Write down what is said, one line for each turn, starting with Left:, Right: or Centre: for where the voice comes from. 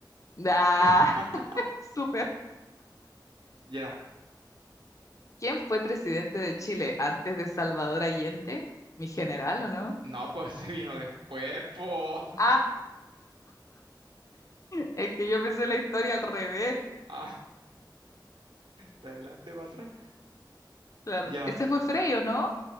Left: Ah,
Right: <laughs>
Left: <laughs> súper.
Right: Ya.
Left: ¿Quién fue presidente de Chile antes de Salvador Allende? ¿Mi general o no?
Right: No, <laughs> pues se vino después, po. <laughs>
Left: Ah, es que yo me sé la historia al revés.
Right: Ah, de adelante para atrás.
Left: Claro.
Right: Ya,
Left: ¿Ese fue Frei o no?